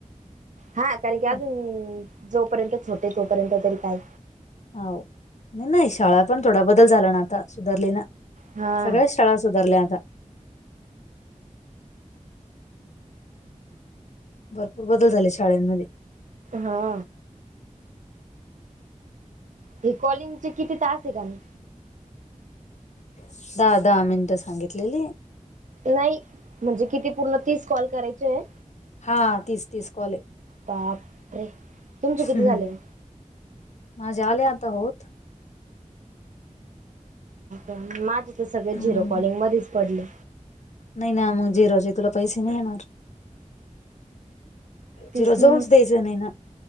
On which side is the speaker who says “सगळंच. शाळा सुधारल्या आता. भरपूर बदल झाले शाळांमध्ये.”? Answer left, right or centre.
Left